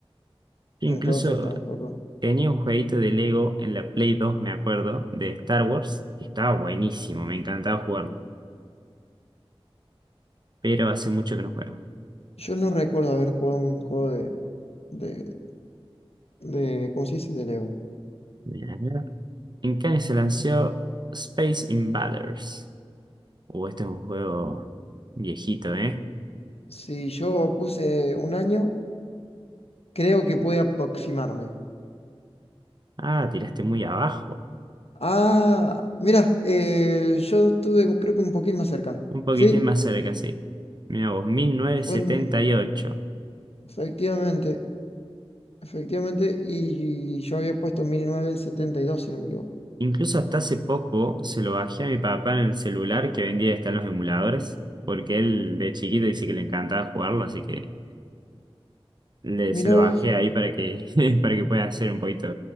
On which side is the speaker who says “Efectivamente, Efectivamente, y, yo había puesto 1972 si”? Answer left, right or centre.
Left